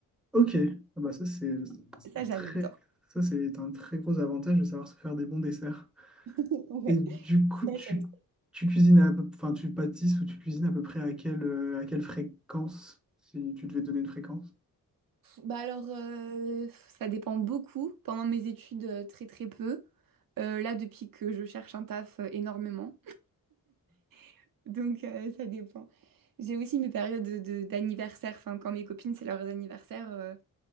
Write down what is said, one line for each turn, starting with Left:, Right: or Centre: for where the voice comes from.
Centre: Ok, ah bah ça c'est c'est
Right: Ça,
Centre: un
Right: j'adore.
Centre: très, ça c'est un très gros avantage de savoir se faire des bons desserts.
Right: <laughs> Ouais,
Centre: Et du coup,
Right: ça,
Centre: tu,
Right: j'aime
Centre: tu cuisines à peu, enfin tu pâtisses ou tu cuisines à peu près à quelle, euh, à quelle fréquence, si tu devais donner une fréquence.
Right: Bah alors, euh, ça dépend beaucoup. Pendant mes études, euh, très très peu. Euh, là, depuis que je cherche un taf, euh, énormément. <laughs> Donc, euh, ça dépend. J'ai aussi mes périodes de, de- d'anniversaire. Enfin, quand mes copines, c'est leurs anniversaires. euh,